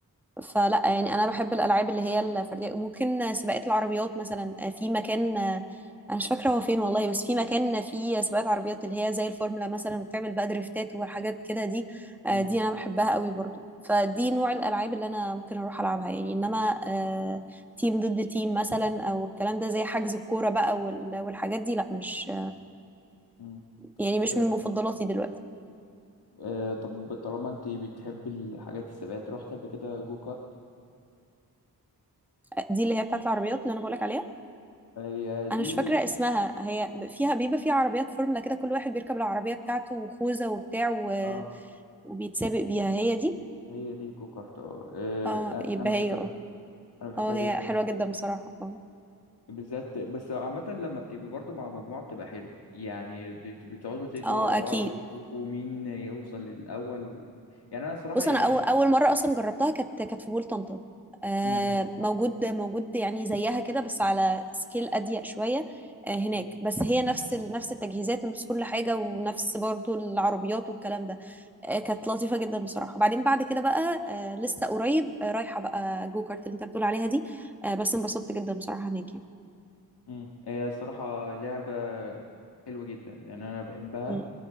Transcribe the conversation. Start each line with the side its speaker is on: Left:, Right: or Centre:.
Centre: فلا يعني انا بحب الالعاب اللي هي الفرديه ممكن سباقات العربيات مثلا آه، في مكان آه، انا مش فاكره هو فين والله بس في مكان فيه سباقات عربيات اللي هي زي الفورمولا مثلا بتعمل بقى دريفتات وحاجات كده دي آه،
Left: امم
Centre: دي انا بحبها قوي برضو فدي نوع الالعاب اللي انا ممكن اروح العبها يعني انما آه، تيم ضد تيم مثلا او الكلام ده زي حجز الكوره بقى وال- والحاجات دي لا مش
Left: امم
Centre: يعني مش
Left: أه
Centre: من مفضلاتي دلوقتي
Left: أه طب طالما انت بتحب الحاجات السباقات رحت قبل كده جو كارت
Centre: آه، دي اللي هي بتاعت العربيات اللي انا بقولك عليها
Left: هي دي
Centre: انا مش فاكره اسمها هي ب- فيها بيبقى فيها عربيات فورمولا كده كل واحد بيركب العربيه بتاعته وخوذه وبتاع و-
Left: اه
Centre: وبيتسابق بيها هي دي
Left: هي دي جو كارت اه آه،
Centre: اه يبقى
Left: انا بحبها
Centre: هي اه
Left: انا بحبها
Centre: اه
Left: جدا
Centre: هي حلوه
Left: صح
Centre: جدا بصراحه اه
Left: بالذات بس عامة لما بتبقي برضه مع مجموعة بتبقى حلوة يعني بت- بتقعدوا تجروا
Centre: اه
Left: ورا بعض
Centre: اكيد
Left: وتشوفوا مين يوصل للأول و... يعني أنا صراحة
Centre: بص
Left: يعني
Centre: انا اول اول مره اصلا جربتها كانت كانت في بول طنطا آه
Left: مم.
Centre: موجود موجود يعني زيها كده بس على سكيل اضيق شويه آه هناك
Left: مم.
Centre: بس هي نفس ال- نفس التجهيزات ونفس كل حاجه ونفس برضو العربيات والكلام ده آه كانت لطيفه جدا بصراحه وبعدين بعد كده بقى آه لسه قريب آه رايحه بقى جو كارت اللي انت بتقول عليها دي آه بس انبسطت جدا بصراحه هناك يعني
Left: مم. هي الصراحة لعبة حلوة جدا يعني أنا بحبها
Centre: مم.